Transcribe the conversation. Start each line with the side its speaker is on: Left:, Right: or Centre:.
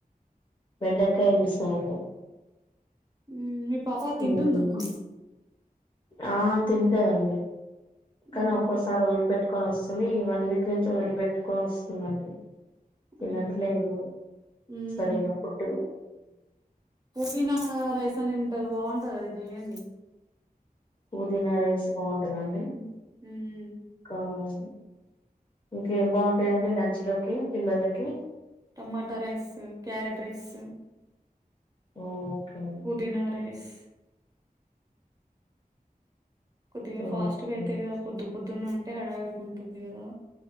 Left: బండకాయ చేసానండి
Right: ఉం మీ పాప తింటుందమ్మా
Left: ఉమ్, ఆ తింటదండి కానీ
Right: ఉమ్
Left: ఒక్కో సారి ఒదిలి పెట్టుకొని వస్తుంది ఈ వన్ వీక్ నుంచి వదిలి పెట్టుకొని వస్తుందండి తినట్లేదు
Right: అయ్యో ఉమ్
Left: సరిగ్గా ఫుడ్
Right: పుదీనా రైస్ అని ఉంటది బాగుంటది అది చేయండి
Left: పుదీనా రైస్ బాగుంటదా అండి
Right: ఉమ్ ఉమ్,
Left: అవును ఇంకేం బాగుంటయండి లంచ్లోకి పిల్లలకి
Right: tomato rice carrot rice
Left: okay
Right: పుదీనా రైస్ కొద్దిగా
Left: ఓకే
Right: ఫాస్ట్గా ఐతైయి కద పొద్దు పొద్దున్న అంటే హడావిడిగ ఉంటుంది కదా